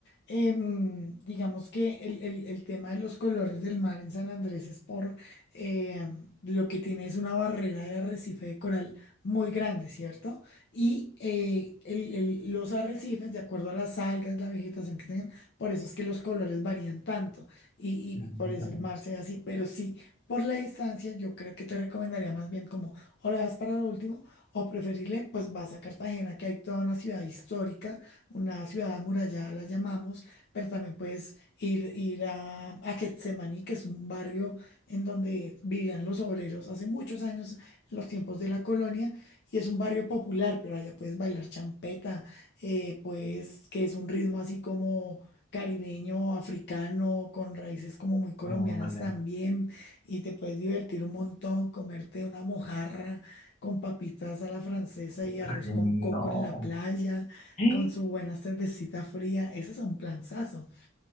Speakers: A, on the left (about 55°); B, on the left (about 35°).
A: em, digamos que el, el- el tema de los colores del mar en San Andrés es por eh, lo que tiene es una barrera de arrecife de coral muy grande, ¿cierto? Y eh, el- el- los arrecifes, de acuerdo a las algas, la vegetación que tengan, por eso es que los colores varían tanto y, y-
B: Ándale,
A: y por eso el mar se ve así, pero sí. Por la distancia, yo creo que te recomendaría más bien como o lo das para lo último o preferible, pues vas a Cartagena, que hay toda una ciudad histórica una ciudad amurallada, la llamamos, pero también puedes ir, ir a, a Getsemaní, que es un barrio en donde vivían los obreros hace muchos años, en los tiempos de la colonia, y es un barrio popular, pero allá puedes bailar champeta, eh, pues que es un ritmo así como... caribeño, africano, con raíces como muy colombianas
B: ándale.
A: también, y te puedes divertir un montón, comerte una mojarra con papitas a la francesa y arroz
B: Ay,
A: con coco
B: no.
A: en la playa
B: <gasps>
A: con su buena cervecita fría. Eso es un planzazo.